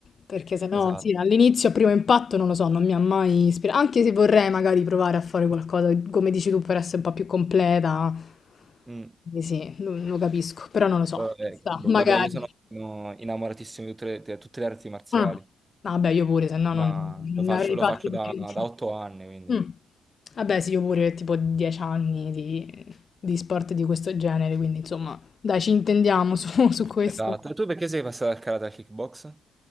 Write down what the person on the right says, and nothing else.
Esatto.
Mm.
Vabbè,
vabbè,
io sono sono innamoratissimo di tutte le, di tutte le arti marziali,
ma
lo faccio,
lo
faccio
da,
da otto anni, quindi.
Esatto. E tu perché sei passato dal karate al kickbox?